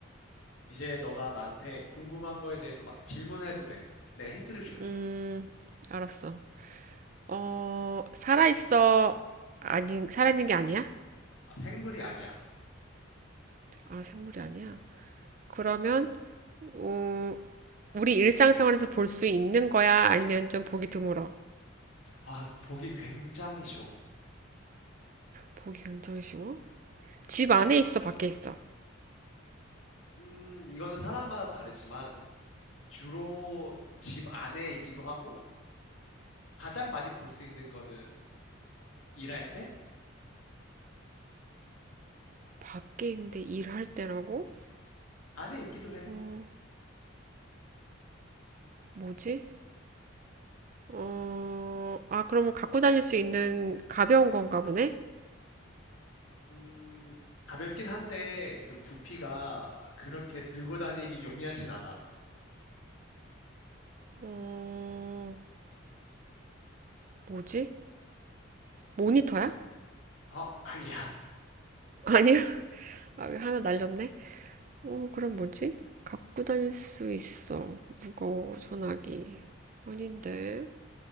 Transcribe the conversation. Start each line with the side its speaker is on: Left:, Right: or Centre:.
Left: 이제 너가 나한테 궁금한 거에 대해서 막 질문해도 돼. 내가 힌트를 줄게.
Right: 음, 알았어. 어, 살아있어. 아니, 살아있는 게 아니야?
Left: 아, 생물이 아니야.
Right: 아, 생물이 아니야. 그러면, 어, 우리 일상생활에서 볼 수 있는 거야? 아니면 좀 보기 드물어?
Left: 아, 보기 굉장히 쉬워.
Right: 보기 굉장히 쉬워? 집 안에 있어, 밖에 있어?
Left: 음, 이거는 사람마다 다르지만 주로 집 안에 있기도 하고 가장 많이 볼 수 있는 거는 일할 때
Right: 밖에 있는데 일할 때라고?
Left: 안에 있기도 해.
Right: 어, 뭐지? 어, 아, 그러면 갖고 다닐 수 있는 가벼운 건가 보네?
Left: 음, 가볍긴 한데 그 부피가 그렇게 들고 다니기 용이하진 않아.
Right: 어, 뭐지? 모니터야?
Left: 어, 아니야.
Right: <laughs> 아니야? 아, 하나 날렸네? 어, 그럼 뭐지? 갖고 다닐 수 있어. 무거워, 전화기. 아닌데.